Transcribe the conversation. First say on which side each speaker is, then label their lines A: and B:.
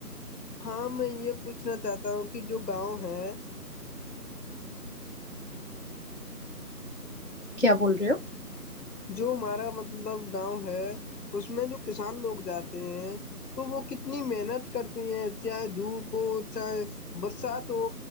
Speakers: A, on the left; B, on the left.
A: ہاں میں یہ پوچھنا چاہتا ہوں کہ جو گاؤں ہے
B: کیا بول رہے ہو
A: جو ہمارا مطلب گاؤں ہے اس میں جو کسان لوگ جاتے ہیں تو وہ کتنی محنت کرتے ہیں چاہے دھوپ ہو چاہے برسات ہو